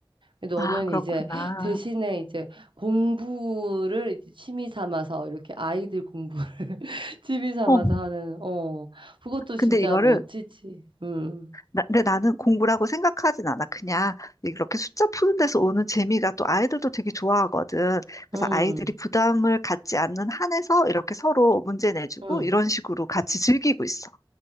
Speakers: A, on the right (about 70°); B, on the left (about 40°).
A: 너는
B: 아, 그렇구나.
A: 이제 대신에 이제 공부를 이제 취미 삼아서 이렇게 아이들 공부 <laughs> 취미 삼아서
B: 어,
A: 하는 어 그것도
B: 근데
A: 진짜
B: 이거를
A: 멋지지. 음.
B: 나- 근데 나는 공부라고 생각하진 않아. 그냥 이렇게 숫자 푸는 데서 오는 재미가 또 아이들도 되게 좋아하거든. 그래서
A: 음.
B: 아이들이 부담을 갖지 않는 한에서 이렇게 서로 문제 내주고
A: 음.
B: 이런 식으로 같이 즐기고 있어.